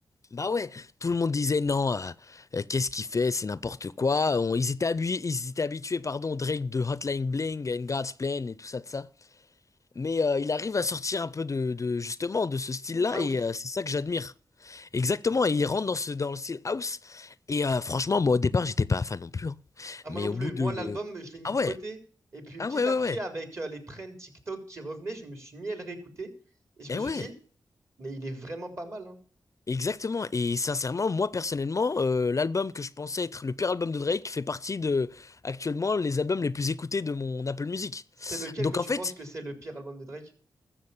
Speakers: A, on the left (about 45°); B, on the right (about 40°).
A: bah ouais, tout le monde disait non, euh, euh, qu'est-ce qu'il fait, c'est n'importe quoi. On- ils étaient habitués, ils étaient habitués, pardon, au Drake de Hotline Bling and God's Plan et tout ça de ça. Mais euh, il arrive à sortir un peu de, de- justement de ce style-là
B: House.
A: et euh, c'est ça que j'admire. Exactement, et il rentre dans ce dans le style house et euh, franchement moi au départ j'étais pas fan non plus hein.
B: Ah,
A: Mais
B: moi non
A: au
B: plus.
A: bout de
B: Moi, l'album, je l'ai mis
A: Ah
B: de
A: ouais,
B: côté. Et puis,
A: ah
B: petit
A: ouais ouais
B: à petit,
A: ouais.
B: avec euh, les trends TikTok qui revenaient, je me suis mis à le réécouter. Et je
A: Eh
B: me suis
A: ouais.
B: dit, mais il est vraiment pas mal. hein.
A: Exactement et sincèrement moi personnellement euh, l'album que je pensais être le pire album de Drake fait partie de actuellement les albums les plus écoutés de mon Apple Music.
B: C'est lequel
A: Donc
B: que tu
A: en fait,
B: penses que c'est le pire album de Drake?